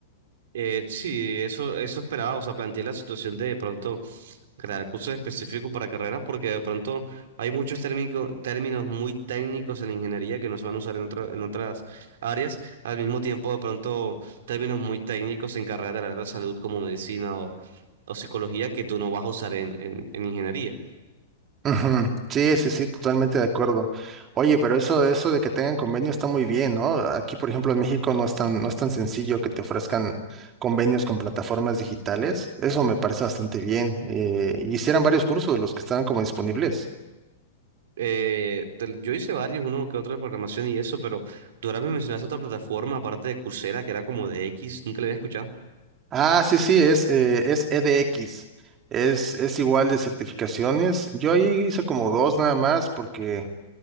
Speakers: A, on the right; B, on the right.
A: Eh, sí, eso, eso esperaba, o sea, planteé la situación de, de pronto crear cursos específicos para carreras porque de pronto hay muchos térmico- términos muy técnicos en ingeniería que no se van a usar en otra- en otras áreas, al mismo tiempo de pronto términos muy técnicos en carreras del área de la salud como medicina o, o psicología que tú no vas a usar en, en- en ingeniería.
B: Ujú. Sí, sí, sí, totalmente de acuerdo. Oye, pero eso, eso de que tengan convenio está muy bien, ¿no? Aquí, por ejemplo, en México no es tan, no es tan sencillo que te ofrezcan convenios con plataformas digitales. Eso me parece bastante bien. Eh, y hicieran varios cursos de los que estaban como disponibles.
A: Eh, del- yo hice varios, uno que otro de programación y eso, pero tú ahora me mencionaste otra plataforma aparte de Coursera que era como de X, nunca le había escuchado.
B: Ah, sí, sí, es, eh, es EDX. Es, es igual de certificaciones. Yo ahí hice como dos nada más porque